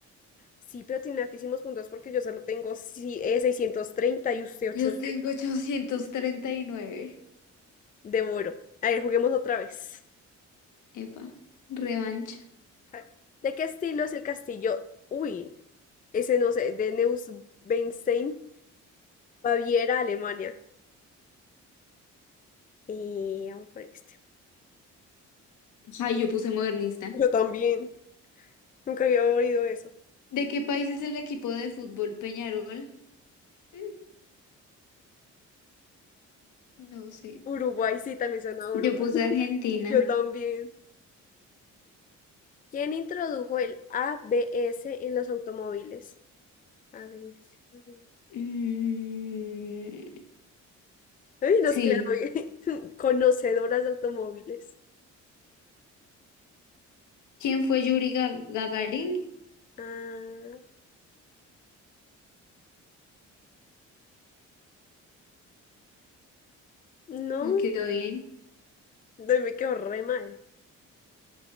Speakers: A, on the left; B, on the left.
A: Sí, pero tiene altísimos puntos porque yo solo tengo si- eh, 630 y usted 800.
B: Yo tengo 839.
A: Devoro. A ver, juguemos otra vez.
B: Epa, revancha.
A: A ver, ¿De qué estilo es el castillo? Uy, ese no sé, de Neuschwanstein, Baviera, Alemania. Y vamos por este.
B: Ay, yo puse modernista.
A: Yo también. Nunca había oído eso.
B: ¿De qué país es el equipo de fútbol Peñarol? Mm, no sé.
A: Uruguay, sí, también suena a
B: Yo
A: Uruguay.
B: puse
A: <laughs>
B: Argentina.
A: Yo también. ¿Quién introdujo el ABS en los automóviles? ABS. ABS.
B: Mm,
A: Ay, nos
B: sí,
A: quedamos <laughs> Conocedoras de automóviles.
B: ¿Quién fue Yuri Ga- Gagarin?
A: Ah, no.
B: Me quedó bien.
A: Ay, me quedó re mal.